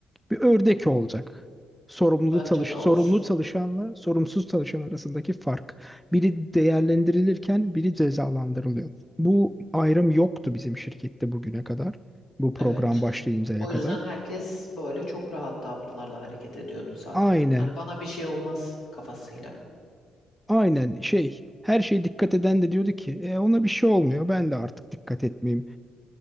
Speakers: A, in the centre; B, on the left.
A: bir ördek olacak. Sorumlulu
B: Bence
A: çalış,
B: de olsun.
A: sorumlu çalışanla sorumsuz çalışan arasındaki fark. Biri değerlendirilirken biri cezalandırılıyor. Bu ayrım yoktu bizim şirkette bugüne kadar. Bu program
B: Evet.
A: başlayıncaya
B: O
A: kadar.
B: yüzden herkes böyle çok rahat tavırlarla hareket ediyordu zaten.
A: Aynen,
B: Hani bana bir şey olmaz kafasıyla.
A: aynen şey, her şeye dikkat eden de diyordu ki "E, ona bir şey olmuyor. Ben de artık dikkat etmeyeyim.